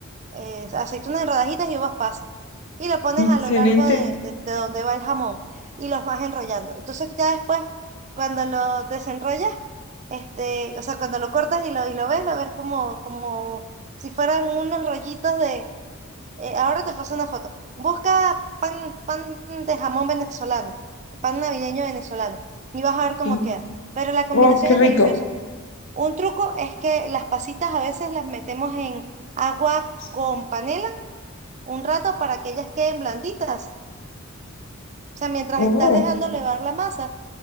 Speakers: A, on the right; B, on the left.
A: eh, aceitunas en rodajitas y uvas pasas. Y lo pones
B: excelente.
A: a lo largo de, de, de donde va el jamón y los vas enrollando. Entonces ya después, cuando lo desenrollas, Este, o sea, cuando lo cortas y lo, y lo ves, lo ves como, como si fueran unos rollitos de... eh, ahora te paso una foto. Busca pan, pan de jamón venezolano, pan navideño venezolano, y vas a ver cómo
B: Y-
A: queda. Pero la combinación
B: Oh, qué
A: es
B: rico.
A: deliciosa. Un truco es que las pasitas a veces las metemos en agua
B: Sí, pues.
A: con panela un rato para que ellas queden blanditas. O sea, mientras
B: Oh.
A: estás dejando levar la masa,